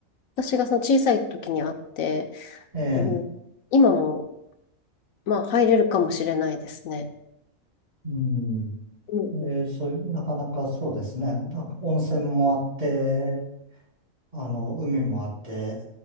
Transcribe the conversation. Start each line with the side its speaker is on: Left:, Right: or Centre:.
Left: 私がその小さい時にあって、
Right: ええ
Left: うん、今もまあ入れるかもしれないですね。
Right: うん。
Left: うん
Right: えーそういう、なかなかそうですね。なんか温泉もあって、あの、海もあって、